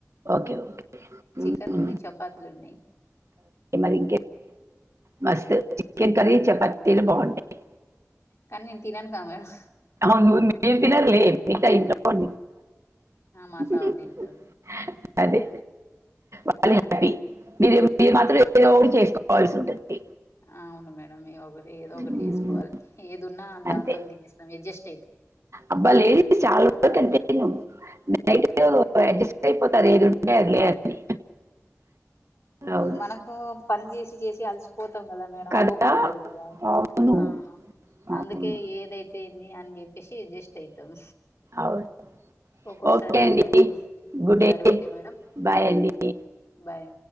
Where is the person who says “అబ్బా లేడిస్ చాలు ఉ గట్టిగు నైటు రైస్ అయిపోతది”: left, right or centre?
Right